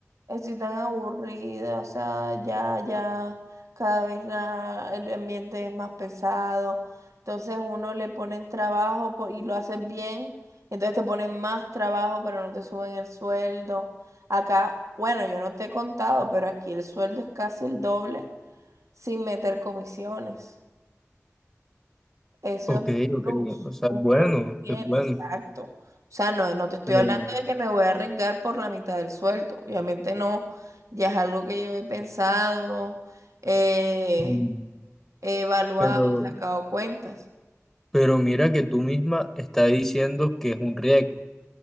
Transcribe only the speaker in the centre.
Ok,
ok,
o sea,
bueno,
es bueno.
Pero,
mm,
pero,
pero mira que tú misma estás diciendo que es un riesgo